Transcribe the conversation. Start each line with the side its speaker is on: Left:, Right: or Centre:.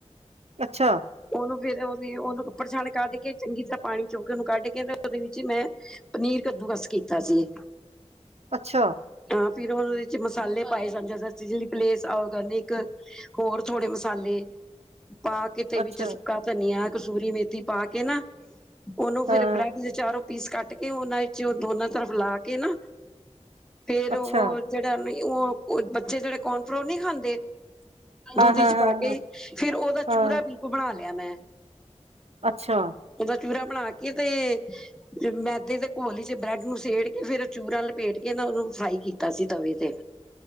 Right: ਅੱਛਾ
Centre: ਓਨੂੰ ਫਿਰ, ਉਹਦੀ <unintelligible> ਕਢ ਕੇ, ਚੰਗੀ ਤਰ੍ਹਾਂ ਪਾਣੀ ਚੁ ਕੇ, ਓਨੂੰ ਕੱਢ ਕੇ ਤੇ, ਉਹਦੇ ਵਿੱਚ ਹੀ ਮੈਂ ਪਨੀਰ, ਕੱਦੂਕੱਸ ਕੀਤਾ ਸੀ।
Right: ਅੱਛਾ
Centre: ਹਾਂ, ਫਿਰ ਓਦੇ ਮਸਾਲੇ ਪਾਏ ਜਾਂਦੇ <unintelligible> ਹੋਰ ਥੋੜੇ ਮਸਾਲੇ, ਪਾ ਕੇ ਤੇ
Right: ਅੱਛਾ
Centre: ਵਿੱਚ ਸੁੱਕਾ ਧਨੀਆ, ਕਸੂਰੀ ਮੇਥੀ, ਪਾ ਕੇ ਨਾ, ਓਨੂੰ
Right: ਹਾਂ
Centre: ਫੇਰ ਬ੍ਰੈਡ ਚਾਰੋਂ ਪੀਸ ਕੱਟ ਕੇ, ਓਨਾਂ ਵਿੱਚ ਦੋਨਾਂ ਤਰਫ ਲਾ ਕੇ ਨਾ, ਫੇਰ
Right: ਅੱਛਾ
Centre: ਓ <unintelligible> ਬੱਚੇ ਜਿਹੜੇ ਕੋਰਨ ਫਰੋਲ ਨਹੀਂ ਖਾਂਦੇ? ਦੁਧ
Right: ਹਾਂ
Centre: ਇਚ
Right: ਹਾਂ ਹਾਂ
Centre: ਪਾ ਕੇ,
Right: ਹਾਂ
Centre: ਫਿਰ ਓਦਾ
Right: ਹਾਂ
Centre: ਚੂਰਾ ਬਿਲਕੁਲ ਬਣਾ ਲਿਆ ਮੈਂ
Right: ਅੱਛਾ
Centre: ਦਾ ਚੂਰਾ ਬਣਾ ਕੇ ਤੇ ਮੈਦੇ ਦੇ ਘੋਲੀ ਚ ਬ੍ਰੈਡ ਨੂੰ ਸੇੜ ਕੇ, ਫੇਰ ਚੂੂਰਾਂ ਲਪੇਟ ਕੇ ਨਾ, ਉਹਨੂੰ ਫਰਾਈ ਕੀਤਾ ਸੀ। ਤਵੇ ਤੇ।